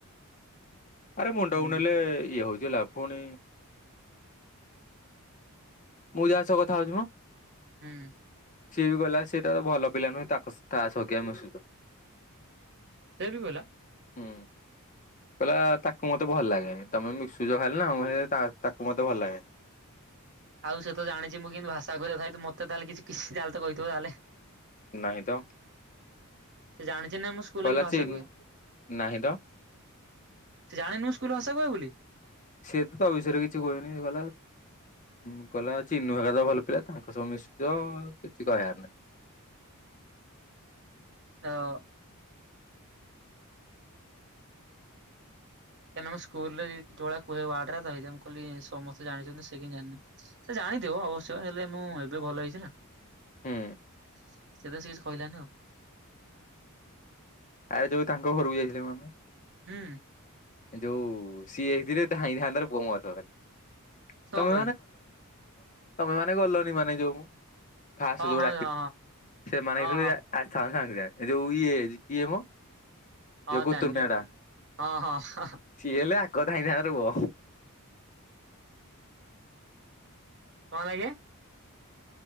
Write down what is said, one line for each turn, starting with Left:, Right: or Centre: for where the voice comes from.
Left: ଆରେ ମୁଣ୍ଡକୁ
Right: ହୁଁ
Left: ନେଲେ ଇଏ ହଉଚି ହେଲା, ଫୁଣି ମୁଁ ଯାହା ସହ କଥା ହଉଛି ମ
Right: ହୁଁ।
Left: ସିଏ ବି କହିଲା ସେଇଟା ତ ଭଲ ପିଲା ନୁହେଁ, ତାଙ୍କ ତା ସହ କିଆ ମିଶୁଚୁ।
Right: ସେ ବି କହିଲା।
Left: ହୁଁ। କହିଲା ତାକୁ ମତେ ଭଲ ଲାଗେନି, ତମେ ମିଶୁଚ ଖାଲି ନା ତାକୁ ମତେ ଭଲ ଲାଗେନି।
Right: ଆଉ ସେ ତ ଜାଣିଛି ମୁଁ କିନ୍ତୀ ଭାସା କହେ, ତଥାପି ମୋତେ <unintelligible> ତାହେଲେ କିଛି କହିଥିବ ତାହେଲେ?
Left: ନାହିଁ ତ
Right: ସେ ଜାଣିଛି ନାଇଁ ମୁଁ ସ୍କୁଲ
Left: କହିଲା
Right: କିନ୍ତି ଭାସା
Left: ଚିନ୍
Right: କୁହେ।
Left: ନାହିଁ ତ
Right: ସେ ଜାଣିନି ମୁଁ ସ୍କୁଲରେ ଭାଷା କୁହେ ବୋଲି?
Left: ସେ ତ ତୋ ବିଷୟରେ କିଛି କୁହେନି, କଇଲା ଉଁ କଇଲା ଚିନୁ ହେରିକା ତ ଭଲ ପିଲା। ତାଙ୍କ ସହ ମିଶୁଥିବ କିଛି କହିଆର ନାହିଁ।
Right: ହଁ। କାଇଁକି ନା ମୁଁ ସ୍କୁଲ୍ ରେ ଯୋଉ ଭଳିଆ କୁହେ ୱାର୍ଡ଼ ଗୁରା ତ, ସେଥିପାଇଁ ମୁଁ କହିଲି ସମସ୍ତେ ଜାଣିଛନ୍ତି ସେ କେମିତି ଜାଣିନି? ସେ ଜାଣିଥିବ ଅବଶ୍ୟ, ହେଲେ ମୁଁ ଏବେ ଭଲ ହେଇଛି ନା।
Left: ହୁଁ
Right: ସେଥିପାଇଁ ସେ କିଛି କହିଲାନି ଆଉ।
Left: ଆରେ ଯୋଉ ତାଙ୍କ ଘରକୁ ଯାଇଥିଲୁ ବା ଆମେ।
Right: ହୁଁ।
Left: ଯୋଉ ସିଏ ହେଇଥିଲେ ଧାଇଥାନ୍ତ <unintelligible> ତମେ
Right: ତୋ
Left: ତମେ
Right: ପାଇଁ
Left: ମାନେ ଗଲନି, ମାନେ ଯୋଉ ଫାଷ୍ଟ
Right: ହଁ
Left: ଯୋଉ
Right: ହଁ
Left: ଡାକ
Right: ହଁ
Left: ସେମାନେ
Right: ହଁ
Left: ହେଇଥିଲେ
Right: ହଁ ହଁ
Left: ଆସିଥାନ୍ତ ସାଙ୍ଗେ ସାଙ୍ଗେ ଯୋଉ ଇଏ, ଇଏ ମ
Right: ହଁ
Left: ଯୋଉ କୁତୁନିଆ
Right: ଜାଣିଲି,
Left: ଟା
Right: ହଁ- ହଁ।
Left: ସିଏ ହେଲେ ଆଗ ଧାଇଁ ଥାଆନ୍ତା ରେ ପୁଅ
Right: କଣ ହେଲା ଇଏ?